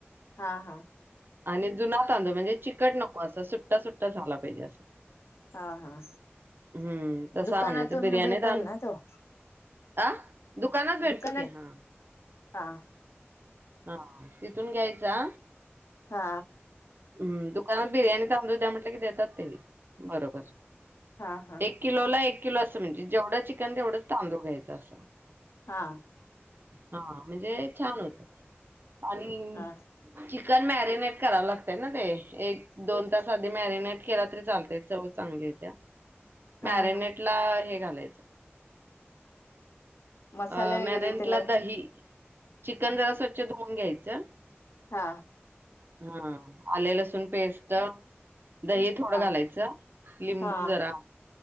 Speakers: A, on the left; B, on the right.
A: हा हा
B: आणि जुना तांदूळ म्हणजे चिकट नको असं सुट्टा सुट्टा झाला पाहिजे असं
A: हा हा
B: हम्म. तसा
A: दुकानातून
B: आणायचा बिर्याणी
A: भेटेल
B: तांदूळ
A: ना तो
B: आ दुकानात भेटतो
A: दुकानात
B: की, हा
A: हा
B: हा तिथून घ्यायचा
A: हा
B: हम् दुकानात बिर्याणी थांबू द्या म्हट कि देतात ते बरोबर
A: हा हा
B: एक किलो ला एक किल असं म्हणजे जेवढं चिकन तेवढंच तांदू घ्यायं असं
A: हां
B: हा म्हणजे छान होत आणि
A: हा
B: च कण मॅरिनेट कराव लागतय ना ते, एक दोन तास आधी मॅरिनेट केला तरी चालतय चव चांगली येत्या
A: हा
B: मॅरिनेट
A: हा
B: ला हे घाल <unintelligible>
A: मसाले
B: अ मॅरेंटला
A: वगैरे त्याला
B: दही चिकन जरा स्वच्छ धुवून घ्यायचं
A: हा
B: हा आले लसूण पेस्ट दही थोडं
A: हा
B: घालायचं लिंबू
A: हा
B: जरा